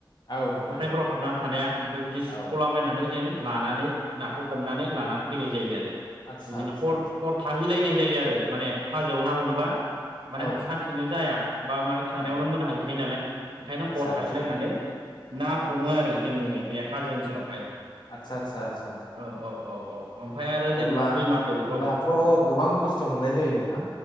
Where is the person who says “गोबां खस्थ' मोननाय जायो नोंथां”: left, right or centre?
Left